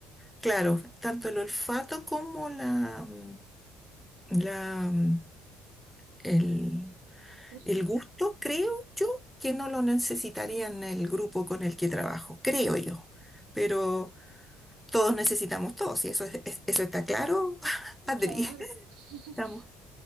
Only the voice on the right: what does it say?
justo.
Claro. <laughs>